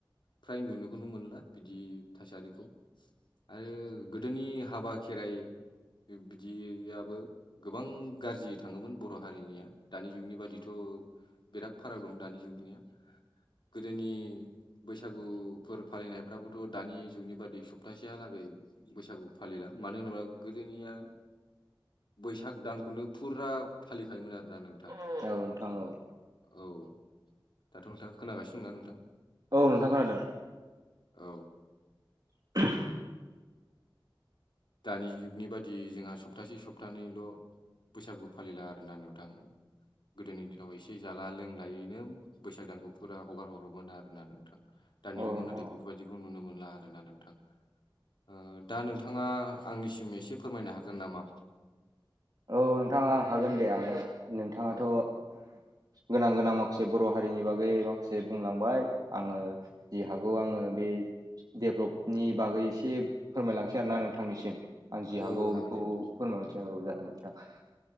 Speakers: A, on the left; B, on the right.
A: फ्राय नुनोखौनो मोनला बिदि थासारिखौ। आरो गोदोनि हाबा खेराइ बिदियाबो गोबां गाज्रि थाङोमोन बर' हारिनिया दानि जुगनि बादिथ' बिराद फाराग दं दानि जुगनिया गोदोनि बैसागुफोर फालिनायफ्राबोथ' दानि जुगनि बादि सप्तासेहालागै बैसागु फालिला मानो होनोब्ला गोदोनिया बैसाग दानखौनो फुरा फालिखायोमोन आरोना नोंथां।
B: <unintelligible> औ नोंथां औ।
A: औ दाथ' नोंथाङा खोनागासिनो दं ना नोंथां।
B: औ नोंथां खोनादों
A: औ।
B: <inaudible>
A: दानि जुगनि बादियै जोंहा सप्तासे सप्तानैल' बैसागु फालिला आरोना नोंथां। गोदोनि दिनाव एसे जाला लोंलायैनो बैसाग दानखौ फुरा हगार हरोमोन आरोना नोंथां। दानि
B: औ
A: जुगाव
B: नोंथां
A: नाथाय
B: औ
A: बेफोरबायदिखौ नुनो मोनला आरोना नोंथां। ओ दा नोंथाङा आंनिसिम एसे फोरमायनो हागोन नामा।
B: औ नोंथाङा आं हागोन दे हागोन नोंथाङाथ'
A: औ
B: गोनां-गोनां माखासे बर' हारिनि बागै माखासे बुंलांबाय आङो जि हागौ आङो बे डेभलपनि बागै एसे फोरमायलांसै आर ना नोंथांनिसिम। आं जि
A: औ
B: हागौ
A: हागोन
B: बेखौ
A: दे नोंथां
B: फोरमायहरनोसै औ जागोन दे नोंथां।